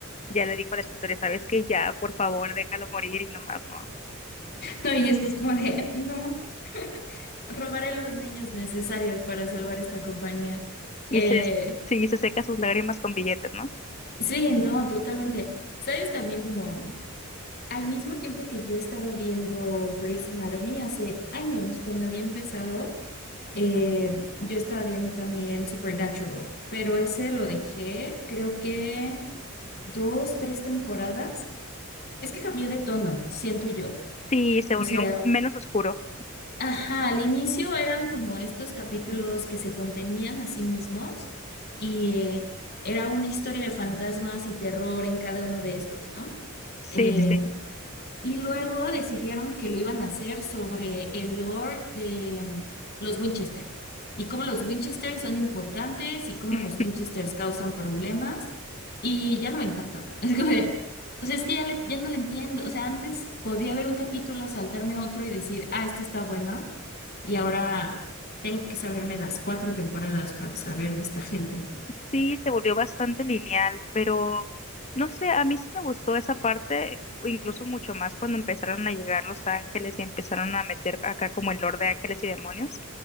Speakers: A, on the left; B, on the left.
A: ya le dijo a la escritora, ¿sabes que Ya, por favor, déjalo morir y nomás no.
B: No, y esto es como de, no, robaré los niños necesarios para salvar esta compañía.
A: Y
B: Eh,
A: se, sí, se seca sus lágrimas con billetes, ¿no?
B: sí, no, totalmente. ¿Sabes también como, al mismo tiempo que yo estaba viendo Grey's Anatomy hace años, cuando había empezado, eh, yo estaba viendo también Supernatural, pero ese lo dejé, creo que dos, tres temporadas. Es que cambió de tono, siento yo. O
A: Sí, se volvió
B: Ujú. sea,
A: menos oscuro.
B: ajá, al inicio eran como estos capítulos que se contenían a sí mismos y eh, era una historia de fantasmas y terror en cada uno de estos, ¿no?
A: Sí,
B: Eh,
A: sí, sí.
B: y luego decidieron que lo iban a hacer sobre el lore de mm, los Winchester y cómo los Winchester son importantes y cómo
A: <laughs>
B: los Winchester causan problemas. Y ya no me encantó. <laughs> Es como de, o sea, es que ya, le- ya no le entiendo. O sea, antes podía ver un capítulo, saltarme otro y decir, ah, este está bueno. Y ahora tengo que saberme las cuatro temporadas para saber de esta gente.
A: Sí, se volvió bastante lineal, pero no sé, a mí sí me gustó esa parte, o incluso mucho más cuando empezaron a llegar los ángeles y empezaron a meter acá como el Lord de Ángeles y Demonios.